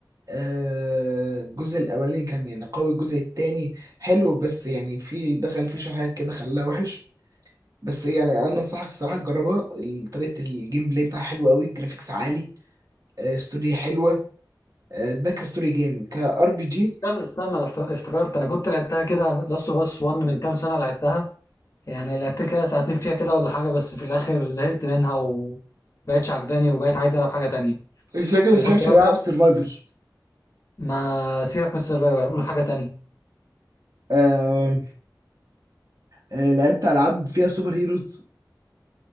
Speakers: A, on the right; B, on the left.
A: آه، الجزء الأولاني كان يعني قوي الجزء التاني حلو بس يعني في دخل فيه شوية حاجات كده خلاها وحش بس يعني أنا أنصحك الصراحة تجربها طريقة الجيم بلاي بتاعها حلوة قوي جرافيكس عالي آه، ستوري حلوة آه، ده كستوري جيم كار بي جي
B: استنى استنى انا افت- افتكرت انا كنت لعبتها كده لاست اوف اس 1 من كام سنه لعبتها يعني لعبت كده ساعتين فيها كده ولا حاجه بس في الاخر زهقت منها وبقتش عجباني وبقيت عايز العب حاجه تانية
A: مش فاكر
B: وكنت
A: مش عارف
B: بقى
A: العاب سرفايفل
B: ما سيرك من السرفايفر قول حاجه تانية
A: آه، آه، لعبت العاب فيها سوبر هيروز